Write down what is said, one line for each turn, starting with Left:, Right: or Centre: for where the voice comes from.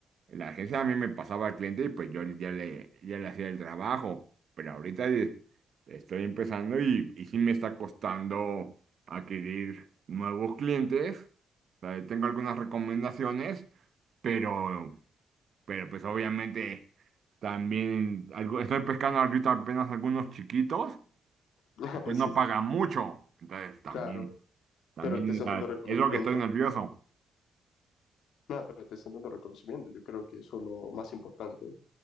Right: la agencia a mí me pasaba al cliente y pues yo ya le, ya le hacía el trabajo, pero ahorita eh, estoy empezando y, y sí me está costando adquirir nuevos clientes, o sea, tengo algunas recomendaciones, pero, pero pues obviamente también algo, estoy pescando ahorita apenas algunos chiquitos,
Left: indep-
Right: que pues
Left: <laughs> Sí,
Right: no pagan mucho, entonces también,
Left: claro,
Right: también,
Left: pero te están
Right: o sea,
Left: dando reconocimiento.
Right: es lo que estoy nervioso.
Left: Nada, pero te están dando reconocimiento. Yo creo que eso es lo más importante,